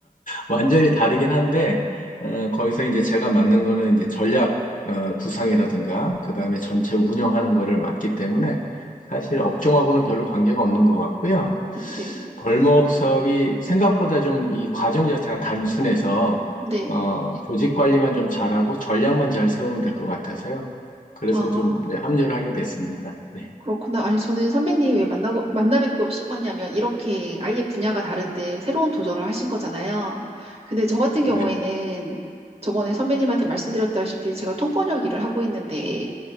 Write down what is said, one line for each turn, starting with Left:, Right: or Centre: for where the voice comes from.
Left: 완전히 다르긴 한데, 어, 거기서 이제 제가 맡는 거는 이제 전략 어, 구상이라든가, 그 다음에 전체 운영하는 거를 맡기 때문에 사실 업종하고는 별로 관계가 없는 것 같고요.
Right: 음, 네.
Left: 벌목 사업이 생각보다 좀 이 과정 자체가 단순해서,
Right: 네.
Left: 어, 조직 관리만 좀 잘하고 전략만 잘 세우면 될 것 같아서요. 그래서
Right: 아,
Left: 좀 네, 합류를 하게 됐습니다. 네.
Right: 그렇구나. 아니, 저는 선배님 왜 만나고, 만나 뵙고 싶었냐면, 이렇게 아예 분야가 다른데 새로운 도전을 하신 거잖아요. 근데 저 같은 경우에는
Left: 네.
Right: 저번에 선배님한테 말씀드렸다시피 제가 통번역 일을 하고 있는데,